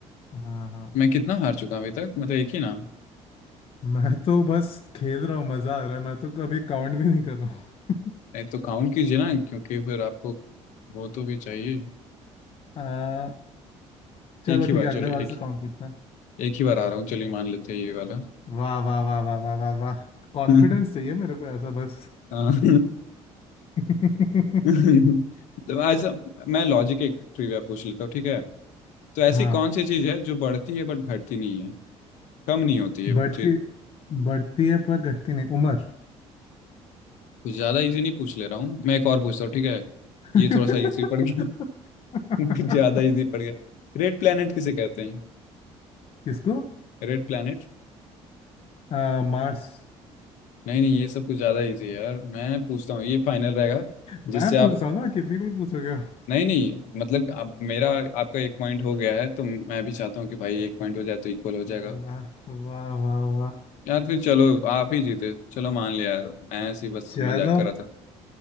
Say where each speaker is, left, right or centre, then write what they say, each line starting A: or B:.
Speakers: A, on the left (about 50°); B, on the left (about 80°).
A: हाँ हाँ
B: मैं कितना हार चुका हूं अभी तक मतलब एक ही ना
A: मैं तो बस खेल रहा हूँ मजा आ रहा है मैं तो कभी काउंट भी नहीं कर रहा हूँ <laughs>
B: नहीं तो काउंट कीजिए ना क्योंकि फिर आपको वो तो भी चाहिए
A: आ, चलो
B: एक ही बार
A: ठीक है अगले
B: चलो
A: बार
B: एक
A: से काउंट करते हैं
B: एक ही बार आ रहा हूँ चलिए मान लेते हैं ये वाला
A: वाह वाह वाह वाह वाह वाह वाह कॉन्फिडेंस
B: <laughs>
A: चाहिए मेरे को ऐसा बस
B: हाँ।
A: <laughs>
B: <laughs> तो ऐसा मैं लॉजिक एक ट्रिविया पूछ लेता हूँ ठीक है तो ऐसी
A: हाँ
B: कौन सी चीज है जो बढ़ती है बट घटती नहीं है कम नहीं होती है वो
A: बढ़ती
B: चीज
A: बढ़ती है पर घटती नहीं उम्र
B: कुछ ज्यादा इजी नहीं पूछ ले रहा हूँ मैं एक और पूछता हूँ ठीक है
A: <laughs>
B: ये थोड़ा सा इजी पड़ गया <laughs> कुछ ज्यादा इजी पड़ गया रेड प्लेनेट किसे कहते हैं
A: किसको
B: Red planet
A: आ, मार्स
B: नहीं नहीं ये सब कुछ ज्यादा इजी है यार मैं पूछता हूँ ये फाइनल रहेगा
A: मैं
B: जिससे
A: पूछ
B: आप
A: रहा हूँ ना कितनी बार पूछोगे
B: नहीं नहीं मतलब आप मेरा आपका एक पॉइंट हो गया है तो मैं भी चाहता हूँ कि भाई एक पॉइंट हो जाए तो इक्वल हो जाएगा
A: वाह वाह वाह वाह
B: यार फिर चलो आप ही जीते चलो मान लिया यार मैं ऐसे ही बस
A: चलो
B: मजाक कर रहा था